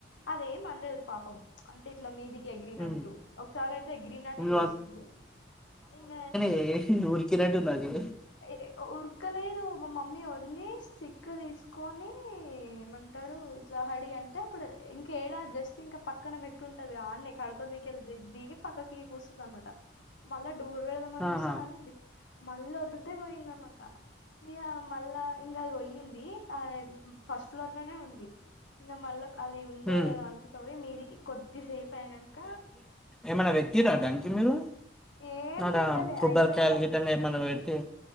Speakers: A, on the left; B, in the centre.
A: అదేం అనలేదు పాపం అంటే ఇట్ల మీదికి ఎగిరినట్టు
B: ఉమ్
A: ఒకసారి అయితే ఎగిరినట్టు
B: మీ
A: చేసింది ఇంగ
B: చేసిండు ఊ కిర్ అంటున్నది ఇది
A: ఏ ఏ ఊ ఉరకలేదు మా మమ్మీ వళ్లి స్టిక్ తీసుకొని మ ఉంటారు ఇట్ల హడీ అంటే అప్పుడు ఇంక ఏడా జస్ట్ ఇంకా పక్కన పెట్టుంటుంది అన్నే కడప మీక దిగి పక్కకి కూసుంది అనమాట మళ్ళా డోర్ వెళ్దామని
B: ఆహా
A: చూస్తే అన్నే ఉంది మాల్లో <unintelligible> త్తే పోయింది అనమాట ఇగ మళ్ళా ఇంగ అది పొయ్యింది ఆ ఫస్ట్ ఫ్లోర్ లోనే ఉంది ఇంగ మళ్ళా అది ఉందో
B: ఉమ్
A: లేదో అనుకుంట పోయి మీదికి కొద్దిసేపు అయినంక
B: ఏమన్న పెట్టిర్ర దానికి మీరు
A: ఏం
B: నాద
A: పెట్టలే
B: కొబ్బరికాయలు
A: అయితే మా
B: గిట్ల ఏమైనా పెడితే